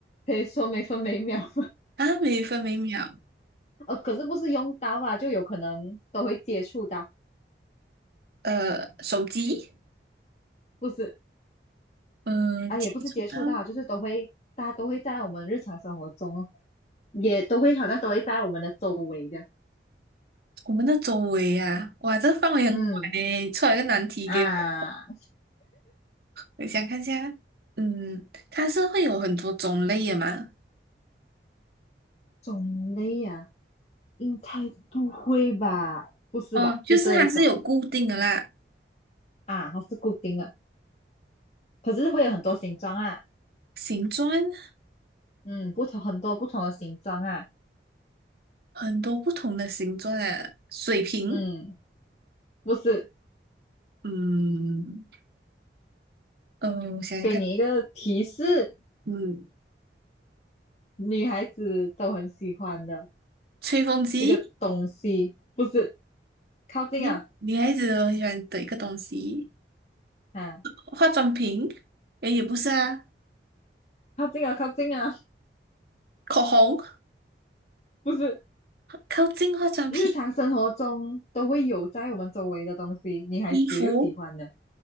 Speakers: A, on the left; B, on the right.
A: 可以说每分每秒。
B: 啊，每分每秒，
A: <laughs> 呃，可是不是用到啊，就有可能都会接触到
B: 呃，手机，
A: 不是，
B: 嗯、
A: 啊，
B: 接触到
A: 也不是接触到，就是都会，大家都会在我们日常生活中哦，也都会好像都会在我们的周围这样。
B: 我们的周围啊，哇，这范围很广嘞，
A: 嗯，
B: 出来个难题给我，
A: 啊，
B: 我想看一下，嗯，它是会有很多种类的嘛？
A: 种类啊，应该不会吧？不是吧？
B: 哦，就是它是有固定的啦。
A: 就这一种啊，它是固定的，可是会有很多形状啊，
B: 形状
A: 嗯，不同很多不同的形状啊，
B: 很多不同的形状啊，水瓶，
A: 嗯，不是，
B: 嗯嗯，我想想看，
A: 给你一个提示，
B: 嗯，
A: 女孩子都很喜欢的
B: 吹风机，
A: 一个东西，不是，靠近啊，
B: 诶女孩子都很喜欢的一个东西，
A: 啊，
B: 化妆品，诶，也不是啊，
A: 靠近啊，靠近啊，
B: 口红，
A: 不是，
B: 靠近化妆品，
A: 日常生活中都会有在我们周围的东西，女孩子又喜欢的，
B: 衣服，